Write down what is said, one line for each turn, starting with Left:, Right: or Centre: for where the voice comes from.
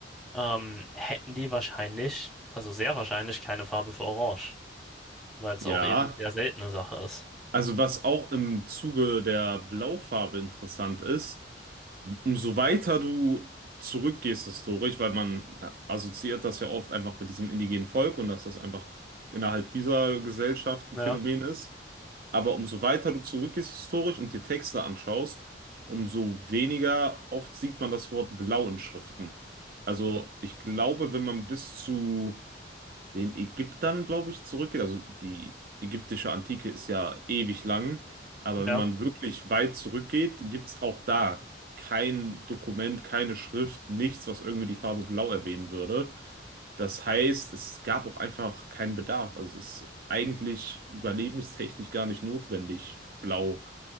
Centre: ähm, hätten die wahrscheinlich, also sehr wahrscheinlich keine Farbe für Orange, weil es
Right: Ja,
Centre: auch eben eine sehr seltene Sache ist.
Right: also was auch im Zuge der Blaufarbe interessant ist, Umso weiter du zurückgehst historisch, weil man assoziiert das ja oft einfach mit diesem indigenen Volk und dass das einfach innerhalb dieser Gesellschaft
Centre: Ja,
Right: ein Phänomen ist. Aber umso weiter du zurückgehst historisch und dir Texte anschaust, umso weniger oft sieht man das Wort blau in Schriften. Also ich glaube, wenn man bis zu den Ägyptern, glaube ich, zurückgeht. Also die ägyptische Antike ist ja ewig lang, aber
Centre: ja,
Right: wenn man wirklich weit zurückgeht, gibt es auch da kein Dokument, keine Schrift, nichts, was irgendwie die Farbe Blau erwähnen würde. Das heißt, es gab auch einfach keinen Bedarf. Also es ist eigentlich überlebenstechnisch gar nicht notwendig, Blau